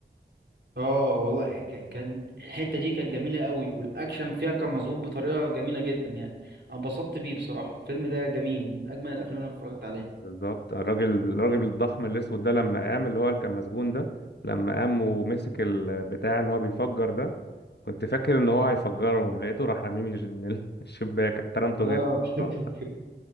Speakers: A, on the right (about 70°); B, on the left (about 65°).
A: اه والله ك- كان الحتة دي كانت جميلة قوي والأكشن فيها كان مظبوط بطريقة جميلة جدا يعني أنا اتبسطت بيه بصراحة الفيلم ده جميل من أجمل الأفلام اللي أنا اتفرجت عليها
B: بالظبط الراجل الراجل الضخم الاسود ده لما قام اللي هو اللي كان مسجون ده لما قام ومسك البتاع اللي هو بيفجر ده كنت فاكر ان هو هيفجرهم لقيته راح رميه من الش- من ال- <laughs> الشباك احترمته
A: اه
B: جدا بصراحة.
A: <laughs>